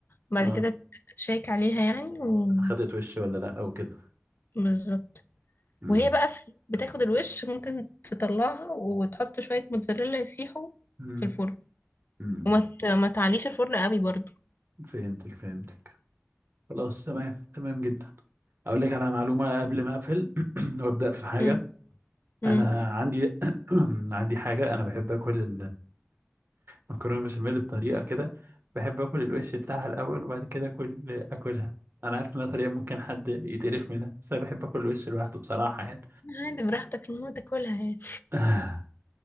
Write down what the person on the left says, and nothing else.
بعد
كده تشيك عليها يعني و...
بالظبط
وهي بقى في- بتاخد الوش ممكن تطلعها وتحط شوية موتزاريلا يسيحوا
في الفرن
وما ت- ما تعليش الفرن قوي برضو
مم. مم.
عادي براحتك المهم تاكلها يعني